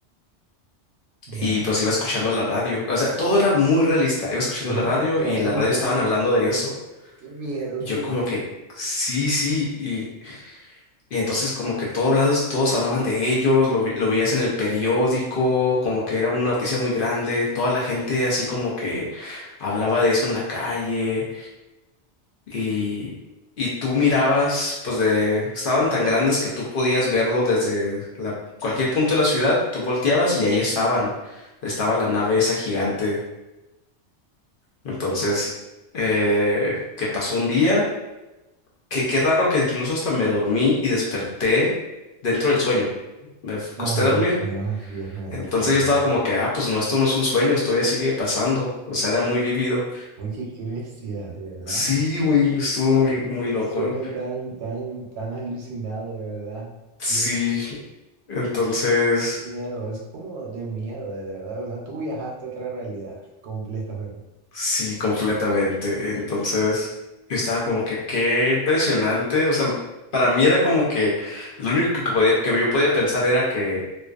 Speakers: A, on the right; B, on the left.
A: Ya,
B: y pues iba escuchando la radio. O sea, todo era muy realista. Iba escuchando
A: bestia,
B: la radio y
A: uy,
B: en la radio
A: no,
B: estaban hablando de eso.
A: qué miedo,
B: Y
A: qué
B: yo
A: miedo.
B: como que, sí, sí. Y, y entonces como que todos hablados, todos hablaban de ellos, lo, vi- lo veías en el periódico, como que era una noticia muy grande. Toda la gente así como que hablaba de eso en la calle. Y, y tú mirabas, pues de, estaban tan grandes que tú podías verlo desde la, cualquier punto de la ciudad, tú volteabas y ahí estaban, estaba la nave esa gigante. Entonces, eh, que pasó un día, que qué raro que incluso hasta me dormí y desperté dentro del sueño. Me f-
A: No,
B: costé dormir.
A: Dios mío, Dios mío,
B: Entonces
A: no puedo
B: yo
A: creer.
B: estaba como que, ah, pues no, esto no es un sueño, esto ya sigue pasando. O sea, era muy vivido.
A: Oye, qué bestia, de verdad.
B: Sí, muy, estuvo muy,
A: Oye,
B: muy
A: Qué
B: loco.
A: sueño tan, tan, tan alucinado, de verdad.
B: Sí,
A: Dios,
B: entonces,
A: qué miedo, eso es como de miedo, de, de verdad, de verdad. Tú viajaste a otra realidad completamente.
B: sí, completamente. Entonces, yo estaba como que qué impresionante. O sea, para mí era como que lo único que, que podía, que yo podía pensar era que